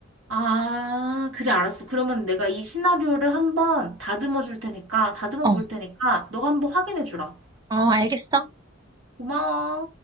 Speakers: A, on the right; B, on the right.
A: 아, 그래, 알았어. 그러면 내가 이 시나리오를 한번 다듬어 줄 테니까, 다듬어
B: 어,
A: 볼
B: 어,
A: 테니까, 너가 한번 확인해 주라.
B: 알겠어.
A: 고마워.